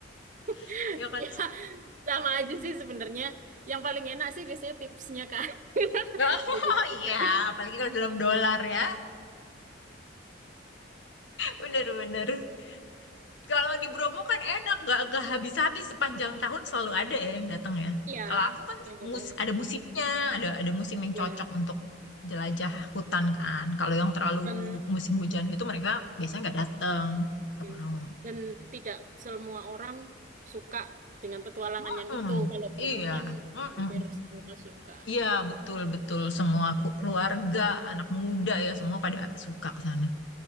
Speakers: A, on the left; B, on the right.
A: <laughs>
B: <laughs>
A: ya kan?
B: ya sama
A: Hmm.
B: aja sih sebenarnya. Yang paling enak sih biasanya tipsnya kak. <laughs>
A: <laughs>
B: Kita
A: Oh
B: jadi
A: iya,
B: gratis.
A: apalagi kalau dalam dolar ya. Bener-bener. Kalau di Bromo kan enak, nggak nggak habis-habis sepanjang tahun selalu ada ya yang datang ya.
B: Ya,
A: Kalau aku kan
B: sepanjang
A: mus
B: tahun.
A: ada musimnya, ada ada musim yang
B: Ya,
A: cocok untuk jelajah hutan kan. Kalau yang terlalu
B: dan
A: musim hujan gitu mereka biasanya nggak datang, nggak
B: Ya.
A: mau.
B: Dan tidak semua orang suka dengan petualangan
A: Mm-mm.
B: yang itu. Kalau Bromo
A: Iya.
B: kan
A: Mm-mm.
B: hampir semua suka.
A: Iya, betul-betul semua ku- keluarga, anak muda ya semua pada suka ke sana.